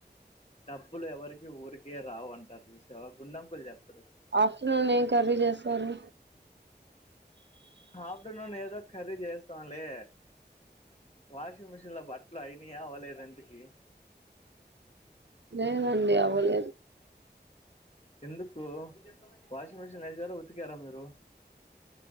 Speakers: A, on the left; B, on the right.
A: డబ్బులు ఎవరికి ఊరికే రావు అంటారు. చూసావా గుల్లంకులు చెప్
B: ఆఫ్టర్నూన్ ఏం కర్రీ చేస్తారు?
A: ఆఫ్టర్నూన్ ఏదో కర్రీ చేస్తాంలే. వాషింగ్ మిషిన్ లో బట్టలు అయినాయా అవ్వలేదా ఇంతకీ
B: లేదండి అవ్వలేదు.
A: ఎందుకు? వాషింగ్ మిషిన్లో వేసినారా, ఉతికారా మీరు.